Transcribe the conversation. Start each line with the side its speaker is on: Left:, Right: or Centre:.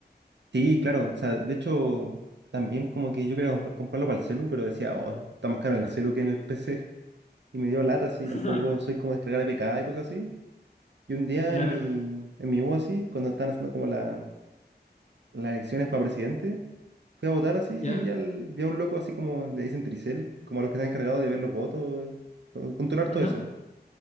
Right: Sí, claro. O sea, de hecho, también como que yo quería comp- comprarlo para el celu, pero decía, oh, está más caro en el celu que en el PC. Y me dio lata así,
Left: <laughs>
Right: tampoco soy como descargar APK y cosas así. Y un día
Left: Claro.
Right: en mi, en mi U así, cuando estaban haciendo como la- las elecciones para presidente, fui a votar así
Left: ¿Ya?
Right: y vi, al, vi a un loco así como le dicen tricel, como a los que están encargados de ver los votos, eh, co- controlar todo
Left: Ajá.
Right: eso,